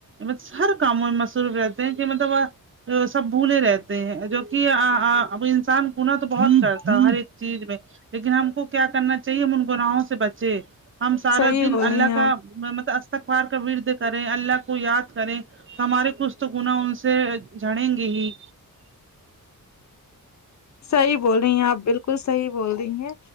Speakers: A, on the right; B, on the left.
A: ب ہر کاموں میں مصروف رہتے ہیں کہ مطلب سب بھولے رہتے ہیں جو که ا ا ب ا نسان گناه تو بہت کرتا ہر ایک چیز میں لیکن ہم کو کیا کرنا چاہیے ہم ان گناہوں سے بچے ہم سارا
B: صحیح
A: دن
B: بول رہی
A: اللہ
B: ہیں
A: کا
B: آپ
A: م مطلب استغفار کا ورد کریں اللہ کو یاد کریں ہمارے کچھ تو گناہ ان سے جھڑ یں گے ہی
B: صحیح بول رہی ہیں آپ بالکل صحیح بول رہی ہیں